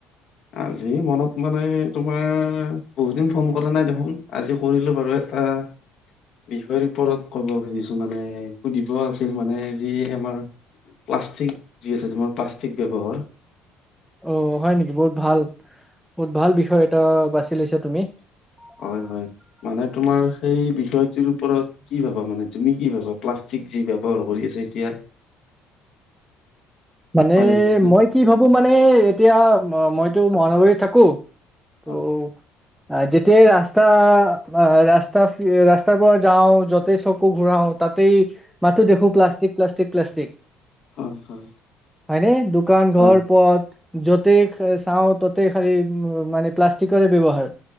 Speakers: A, on the left; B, in the centre.
A: আজি মনত মানে তোমাৰ বহুত দিন ফোন কৰা নাই দেখোন আজি কৰিলোঁ বাৰু। পাৰ বিষয়ৰ ওপৰত ক'ব খুজিছোঁ মানে সুধিব আছিল মানে যি আমাৰ প্লাষ্টিক যি আছে তোমাৰ প্লাষ্টিক ব্যৱহাৰ
B: অ' হয় নেকি? বহুত ভাল বহুত ভাল বিষয় এটা বাছি লৈছা তুমি।
A: হয়, হয় মানে তোমাৰ সেই বিষয়টো ওপৰত কি ভাবা মানে তুমি কি ভাবা প্লাষ্টিক ঠিক যি ব্যৱহাৰ কৰি আছে এতিয়া।
B: মানে
A: মানুহবিলাকে
B: মই কি ভাবোঁ মানে এতিয়া মইতো মহানগৰীত থাকো তো
A: হয়
B: আহ যেতিয়াই ৰাস্তা ৰাস্তা ৰাস্তাৰ পৰা যাওঁ যতেই চকু ঘূৰাও তাত তাতেই মাথো দেখো প্লাষ্টিক, প্লাষ্টিক, প্লাষ্টিক
A: হয় হয়
B: হয়নে? দোকান,
A: হয়
B: ঘৰ পত য'তেই চাওঁ, ত'তেই খালি মানে প্লাষ্টিকৰে ব্যৱহাৰ।